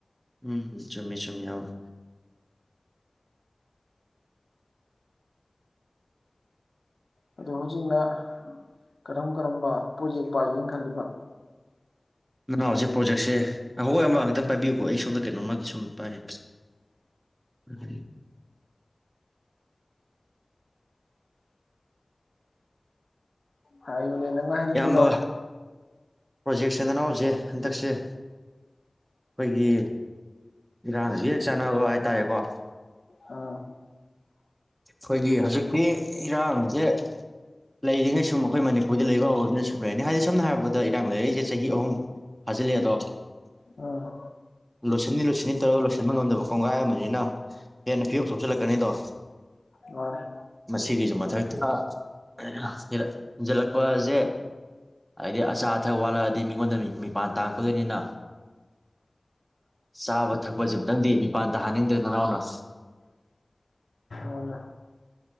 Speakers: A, on the right; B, on the left.
A: ꯎꯝ ꯆꯨꯨꯝꯃꯤ ꯆꯨꯨꯝꯃꯤ ꯏꯌꯥꯝꯕ
B: ꯑꯗꯣ ꯍꯧꯖꯤꯛꯅ ꯀꯔꯝ ꯀꯔꯝꯕ ꯄ꯭ꯔꯣꯠꯖꯦꯛ ꯄꯥꯏꯒꯦꯅ ꯈꯜꯂꯤꯕ
A: ꯅꯅꯥꯎꯁꯦ ꯄ꯭ꯔꯣꯖꯦꯛꯁꯦ ꯉꯥꯏꯈꯣ ꯏꯌꯥꯝꯕ ꯉꯥꯛꯇ ꯄꯥꯏꯕꯤꯌꯨꯀꯣ ꯑꯩ ꯁꯣꯝꯗ ꯀꯩꯅꯣꯃ ꯁꯨꯝ ꯄꯥꯏ <unintelligible>
B: ꯍꯥꯏ ꯅꯪꯅ ꯍꯥꯏꯅꯤꯡꯕꯗꯣ
A: ꯏꯌꯥꯝꯕ ꯄ꯭ꯔꯣꯖꯦꯛꯁꯦ ꯅꯅꯥꯎꯁꯦ ꯍꯟꯗꯛꯁꯦ ꯑꯩꯈꯣꯏꯒꯤ ꯏꯔꯥꯡꯁꯤ ꯍꯦꯛ ꯆꯥꯟꯅꯕ ꯍꯥꯏꯇꯥꯔꯦꯀꯣ
B: ꯎꯝ
A: ꯈꯣꯏꯒꯤ ꯍꯧꯖꯤꯛꯇꯤ ꯏꯔꯥꯡꯖꯦ ꯂꯩꯔꯤꯉꯩ ꯁꯨꯝ ꯑꯈꯣꯏ ꯃꯅꯤꯄꯨꯔꯗꯤ ꯂꯩꯕ ꯍꯧꯔꯅꯤ ꯁꯨꯝ ꯂꯩꯔꯅꯤ ꯍꯥꯏꯗꯤ ꯁꯝꯅ ꯍꯥꯏꯔꯕꯗ ꯏꯇꯥꯡ ꯂꯩꯔꯛꯏꯖꯦ ꯆꯍꯤ ꯑꯍꯨꯝ ꯐꯥꯖꯤꯜꯂꯦꯑꯦꯗꯣ
B: ꯎꯝ
A: ꯂꯣꯏꯁꯤꯟꯅꯤ ꯂꯣꯏꯁꯤꯟꯅꯤ ꯇꯧꯔꯒ ꯂꯣꯏꯁꯟꯕ ꯉꯝꯗꯕ ꯀꯣꯡꯒꯥꯏ ꯑꯃꯅꯤꯅ ꯍꯦꯟꯅ ꯐꯤꯕꯝ ꯁꯣꯛꯆꯜꯂꯛꯀꯅꯤꯗꯣ
B: ꯃꯥꯅꯦ
A: ꯃꯁꯤꯒꯤꯁꯨ ꯃꯊꯛꯇ ꯑꯍꯥ ꯍꯦꯔ ꯖꯜꯂꯛꯄ ꯆꯦ ꯍꯥꯏꯗꯤ ꯑꯆꯥ ꯑꯊꯛ ꯋꯥꯠꯂꯛꯑꯗꯤ ꯃꯤꯉꯣꯟꯗ ꯃꯤ ꯃꯤꯄꯥꯟ ꯇꯥꯡꯉꯛꯀꯗꯣꯏꯅꯤꯅ ꯆꯥꯕ ꯊꯛꯄ ꯖꯦꯝꯇꯪꯗꯤ ꯃꯤꯄꯥꯟ ꯇꯥꯍꯟꯅꯤꯡ ꯇꯦ ꯅꯅꯥꯎꯅ
B: ꯃꯥꯅꯦ